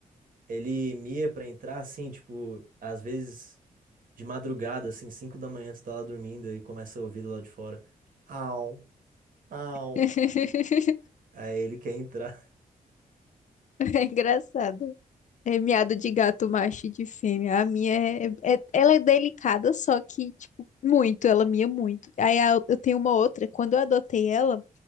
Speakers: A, on the right (about 65°); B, on the left (about 55°).
A: ele mia pra entrar, assim, tipo, às vezes de madrugada, assim, 5 da manhã, tu tá lá dormindo e começa a ouvir do lado de fora. Au, au.
B: <laughs>
A: Aí ele quer entrar.
B: É engraçado. É miado de gato macho e de fêmea. A minha é, é- é, ela é delicada, só que, tipo, muito, ela mia muito. Aí a- eu tenho uma outra, quando eu adotei ela,